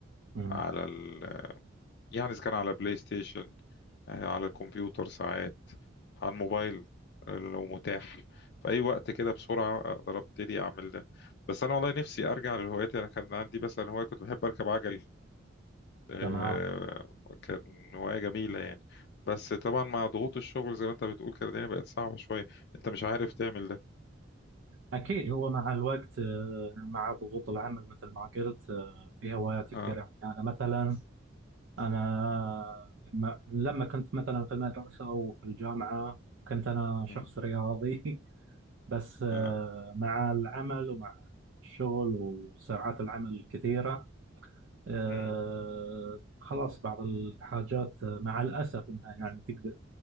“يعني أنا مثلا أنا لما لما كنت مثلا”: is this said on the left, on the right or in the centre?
Right